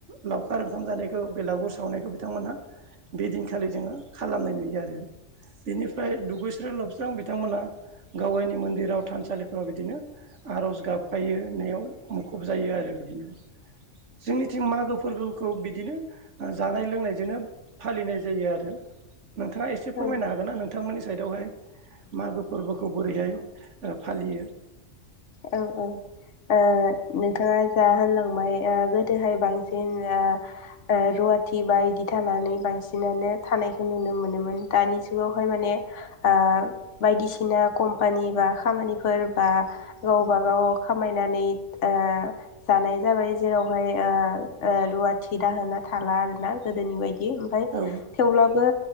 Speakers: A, on the right; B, on the left.
A: लावखार ओंखाम जानायखौ बेलागुर सावनायखौ बिथांमोनहा बेदिनखालि जोङो खालामनाय नुयो आरो बेनिफ्राय दुगैस्रो लबस्रां बिथांमोना गावा गावनि मन्दिराव थानसालिफोराव बिदिनो आर'ज गाबफैयो <unintelligible> खबजायो आरो बिदिनो जोंनिथिं मागो फोरबो। बिदिनो जानाय लोंनायजोंनो फालिनाय जायो आरो। नोंथाङा एसे
B: औ
A: फोरमायनो हागोन ना नोंथांमोननि साइदआवहाय मागो फोरबोखौ बोरैहाय। फालियो
B: औ औ ओ नोंथाङा जा होनलांबाय ओ गोदोहाय ओ बांसिन र बाटि इदि थानानै बांसिनानो थानायखौ नुनो मोनोमोन दानि जुगावहाय माने। <unintelligible> बायदिसिना कम्पानि बा खामानिफोर बा गावबागाव खामायनानै ओ जानाय जाबाय जेरावहाय। रुवाथि दाहोना थाला आरोना गोदोनि बायदि ओमफ्राय
A: औ
B: थेवब्लाबो।